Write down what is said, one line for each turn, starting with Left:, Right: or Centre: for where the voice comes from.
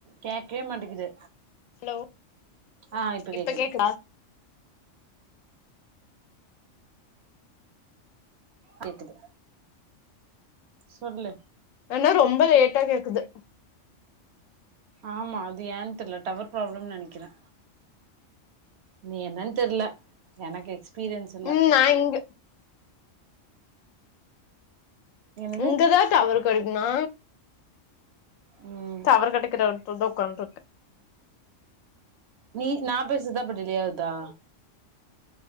Right: கேக்கவே மாட்டேக்குது
Left: ஹலோ
Right: ஆ
Left: இப்ப
Right: கேக்குது
Left: கேக்குதா
Right: கேக்குது சொல்லு
Left: ஆனா ரொம்போ லேட்டா கேக்குது
Right: ஆமா அது ஏன்னு தெர்ல டவரு ப்ராப்ளம்ன்னு நெனைக்கிறே நீ என்னன்னு தெர்ல எனக்கு எக்ஸ்பீரியன்ஸ் இல்ல
Left: ம் நா இங்க
Right: என்னது
Left: இங்கதா டவறு கெடைக்குனா
Right: ம்
Left: டவரு கெடைக்குற எடத்துலதா ஒக்கான்ட்ருக்கே
Right: நீ நா பேசுதா இப்ப டிலே ஆகுதா